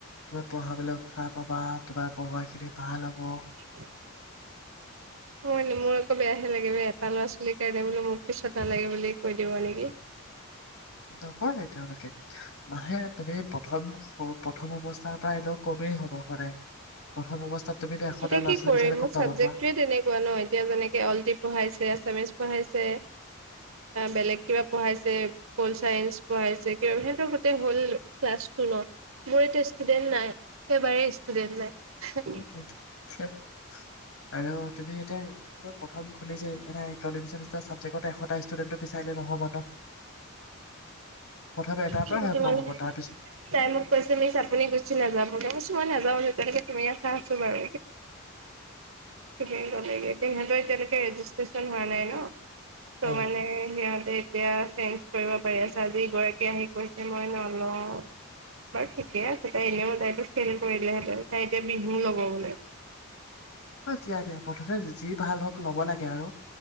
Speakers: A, on the left; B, on the right.
A: তুমি পঢ়াবলৈ উৎসাহ পাবা, তোমাৰ পঢ়োৱাখিনি ভাল হ'ব।
B: <inaudible> মোৰ আকৌ বেয়াহে লাগে এটা ল'ৰা ছোৱালীৰ কাৰণে বোলো মোক পিছত নালাগে বুলি কৈ দিব নেকি।
A: নকয় তেওঁলোকে, মাহে তুমি প্ৰথম প্ৰথম অৱস্থা পৰা এনেও কমেই হ'ব সদায় প্ৰথম অৱস্থাত তুমিতো এশটা
B: এতিয়া
A: ল'ৰা
B: কি
A: ছোৱালী
B: কৰিম
A: বিচাৰিলে ক'ত
B: মোৰ
A: পাব
B: চাবজেক্টয়ে
A: কোৱা
B: তেনেকুৱা ন' এ এতিয়া যেনেকে অলটি পঢ়াইছে, আছামিজ পঢ়াইছে, বেলেগ কিবা পঢ়াইছে- হৈল চাইন্স পঢ়াইছে, সিহঁতৰো গোটেই হৈল ক্লাছটো ন'। মোৰ এতিয়া ষ্টুডেন্ট না, ই একেবাৰে ষ্টুডেন্ট নাই।
A: সেইটোৱেইটো আৰু তুমি এতিয়া- প্ৰথম খুলিছে, এটা <unintelligible> চাবজেক্ট এশটা ষ্টুডেণ্টটো বিচাৰিলে নহ'ব ন। প্ৰথমে এটাৰ
B: কিন্তু
A: পৰা হে আৰম্ভ
B: মানে
A: হ'ব তাৰপিছত-
B: তাই মোক কৈছে মিছ আপুনি গুচি নাযাবগে, মই কৈছোঁ মই নাযাওঁ যেতিয়ালৈকে তুমি আছা। আছোঁ বাৰু। <unintelligible> তাহাঁতৰ এতিয়ালৈকে ৰেজিষ্ট্ৰেচন হোৱা নাই ন' ত'
A: অ
B: মানে- সিহঁতে এতিয়া চেঞ্জ কৰিব পাৰি আছে, আজি এগৰাকী আহি কৈছে মই নলওঁ। বাৰু ঠিকেই আছে, তাই এনেইও তাইতো ফেইল কৰিলে হেঁতেন, তাই এতিয়া বিহু ল'ব বোলে।
A: অঁ' দিয়া দিয়া প্ৰথতে যি ভাল হওঁক ল'ব লাগে আৰু।